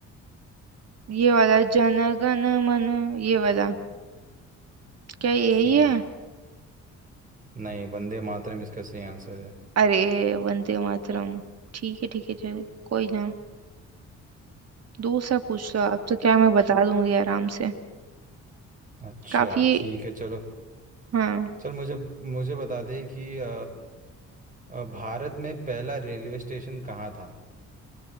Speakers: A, on the right; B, on the right.
A: ये वाला जन गण मन ये वाला
B: अच्छा
A: क्या यही है
B: नहीं वंदे मातरम इसका सही आंसर है
A: अरे वंदे मातरम ठीक है ठीक है चल कोई ना दूसरा पूछ लो आप तो क्या मैं बता दूंगी आराम से
B: अच्छा
A: काफी
B: ठीक है चलो
A: हाँ
B: चल मुझे मुझे बता दे कि अ, अ, भारत में पहला रेलवे स्टेशन कहाँ था